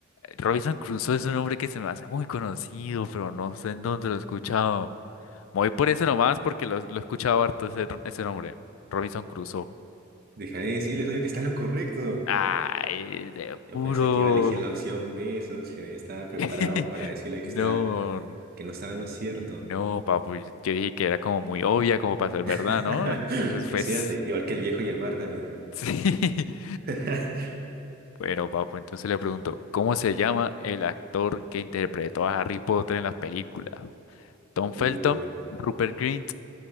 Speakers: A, on the left; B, on the right.
A: Robinson Crusoe es un nombre que se me hace muy conocido, pero no sé en dónde lo he escuchado. Me voy por ese nomás porque lo, lo he escuchado harto ese, ese nombre. Robinson Crusoe.
B: Déjame decirle, socio, que está en lo correcto.
A: Ay, de puro.
B: Yo pensé que iba a elegir la opción B, socio. Ya estaba preparado
A: <laughs>
B: para decirle
A: No,
B: que está, que no estaba en lo cierto.
A: no, papu. Yo yo dije que era como muy obvia como para ser verdad,
B: <laughs>
A: ¿no? Entonces,
B: Es
A: pues,
B: cierto, igual que el viejo y el mar también.
A: <laughs> sí.
B: <laughs>
A: Bueno, papu, entonces le pregunto, ¿cómo se llama el actor que interpretó a Harry Potter en las películas? Tom
B: Uy,
A: Felton, Rupert Grint,